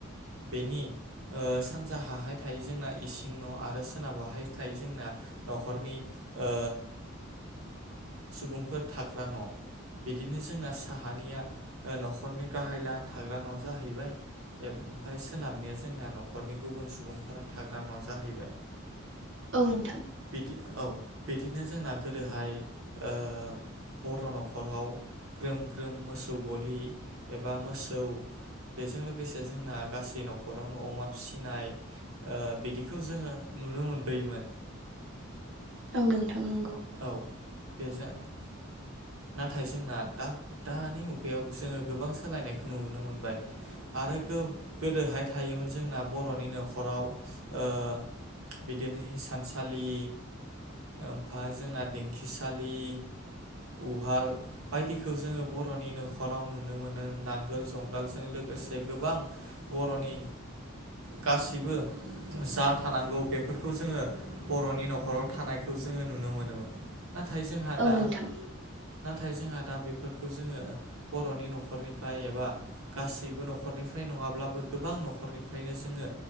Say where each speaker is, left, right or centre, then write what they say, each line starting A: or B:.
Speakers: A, on the right (about 85°); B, on the right (about 60°).
A: बेनि सानजाहाहाय थायो जोंना इसिं न' आरो सोनाबहाहाय थायो जोंना न'खरनि ओ सुबुंफोर थाग्रा न' बिदिनो जोंना साहानिया न'खरनि गाहायला थाग्रा न' जाहैबाय ओमफ्राय सोनाबनिया जोंना न'खरनि गुबुन सुबुंफोरा थाग्रा न' जाहैबाय।
B: औ नोंथां।
A: बिदि औ बिदिनो जोंना गोदोहाय ओ बर' न'खराव ग्रोम ग्रोम मोसौ गलि एबा मोसौ बेजों लोगोसे जोंना गासै न'खरावनो अमा फिसिनाय ओ बिदिखौ जोङो नुनो मोनबोयोमोन।
B: औ नों थां नंगौ।
A: औ बेजों नाथाय जोंना दा दानि मुगायाव जोङो गोबां सोलायनायखौ नुुबोनो मोनबाय आरो गोदोहाय थायोमोन जोंना बर'नि न'खराव ओ बिदिनो हिसानसालि ओम ओमफ्राय जोंना दिंखिसालि उहाल बायदिखौ जोङो बर'नि न'खराव नुनो मोनो नांगोल जुंगालजों लोगोसे गोबां बर'नि गासैबो जा थानांगौ बेफोरखौ जोङो बर'नि न'खराव थानायखौ जोङो नुनो नुनो मोनोमोन। नाथाय जोंहा
B: औ
A: दा
B: नोंथां
A: नाथाय जोंहा दा बेफोरखौ जोङो बर'नि न'खरनिफ्राय एबा गासैबो न'खरनिफ्राय नङाब्लाबो गोबां न'खरनिफ्रायनो जोङो